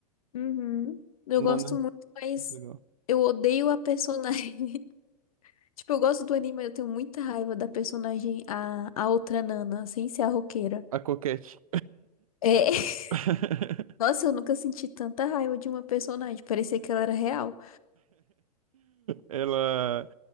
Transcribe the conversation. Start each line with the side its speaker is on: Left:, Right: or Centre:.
Left: Uhum. Eu gosto
Right: Nana,
Left: muito, mas
Right: legal.
Left: eu odeio a personagem. <laughs> Tipo, eu gosto do anime, mas eu tenho muita raiva da personagem, a, a outra Nana, sem ser a roqueira.
Right: A Coquette.
Left: É. <laughs>
Right: <laughs>
Left: Nossa, eu nunca senti tanta raiva de uma personagem. Parecia que ela era real.
Right: Ela.